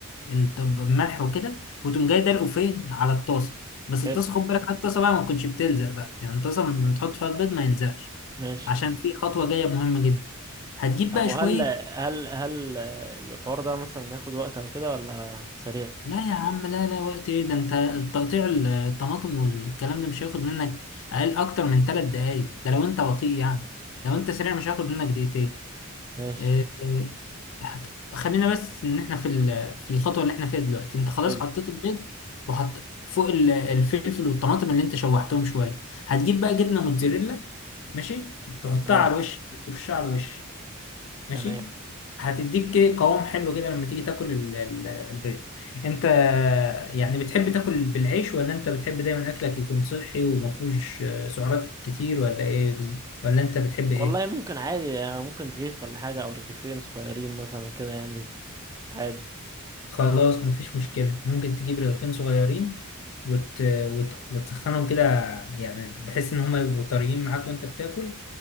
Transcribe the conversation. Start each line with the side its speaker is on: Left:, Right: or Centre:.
Left: ال الطب- الملح وكده وتقوم جاي دلقه فين على الطاسة بس
Right: حلو
Left: الطاسة خد بالك على الطاسة بقى ما تكونش بتلزق بقى يعني الطاسة لما تحط فيها البيض ما يلزقش
Right: ماشي
Left: عشان في خطوة جاية مهمة جدا هتجيب
Right: طب
Left: بقى
Right: وهل
Left: شوية
Right: هل هل الحوار ده مثلا ياخد وقت او كده ولا سريع
Left: لا يا عم لا لا وقت ايه ده انت التقطيع ال- الطماطم والكلام ده مش هياخد منك اقل اكتر من ثلاث دقايق ده لو انت بطيء يعني لو انت سريع مش هياخد منك دقيقتين
Right: ماشي
Left: إيه، إيه، هت- خلينا بس ان احنا في ال- في الخطوه اللي احنا فيها دلوقتي انت خلاص
Right: حلو
Left: حطيت البيض وحط فوق ال- الفلفل والطماطم اللي انت شوحتهم شويه هتجيب بقى جبنه موتزاريلا ماشي تحطها
Right: تمام
Left: على الوش ترشها على الوش ماشي
Right: تمام
Left: هتديك قوام حلو كده لما تيجي تاكل ال- ال- البيض انت يعني بتحب تاكل بالعيش ولا انت بتحب دايما اكلك يكون صحي وما فيهوش سعرات كتير ولا ايه بز- ولا انت بتحب ايه
Right: والله ممكن عادي آه، ممكن رغيف ولا حاجة أو رغيفين صغيرين مثلا كده يعني دي. عادي
Left: خلاص مفيش مشكلة ممكن تجيب رغيفين صغيرين وت... وت... وتسخنهم كده يعني بحيث إن هما يبقوا طريين معاك وأنت بتاكل